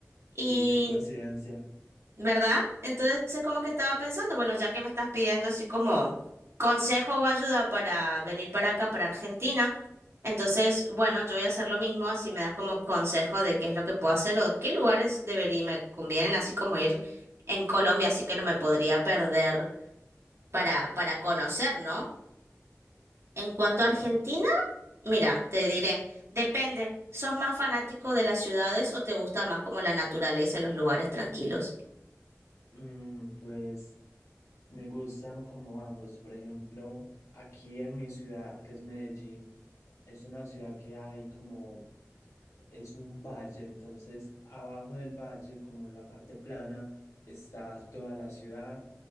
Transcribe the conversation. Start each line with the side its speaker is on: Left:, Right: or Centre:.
Left: sí,
Right: Y
Left: qué coincidencia.
Right: ¿verdad? Entonces es como que estaba pensando, bueno, ya que me estás pidiendo así como consejo o ayuda para venir para acá, para Argentina, entonces, bueno, yo voy a hacer lo mismo, así me das como consejo de qué es lo que puedo hacer o qué lugares debería, me convienen, así como ir en Colombia, así que no me podría perder para, para conocer, ¿no? En cuanto
Left: Claro.
Right: a Argentina, mira, te diré, depende, ¿sos más fanático de las ciudades o te gusta más como la naturaleza y los lugares tranquilos?
Left: Mm, pues me gustan como ambos. Por ejemplo, aquí en mi ciudad, que es Medellín. Es una ciudad que hay como, es un valle, entonces abajo del valle, como en la parte plana, está toda la ciudad,